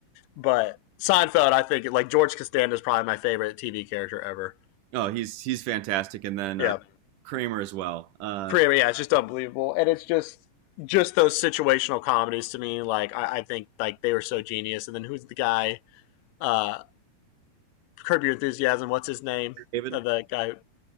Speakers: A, on the left (about 80°); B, on the right (about 75°).
A: But Seinfeld, I think like George Costanza is probably my favorite TV character ever.
B: Oh, he's he's fantastic, and then
A: Yeah,
B: uh, Kramer as well. Uh,
A: Kramer. Yeah, it's just unbelievable, and it's just just those situational comedies to me. Like I, I think like they were so genius. And then who's the guy? Uh, Curb Your Enthusiasm. What's his name?
B: David,
A: Uh, The guy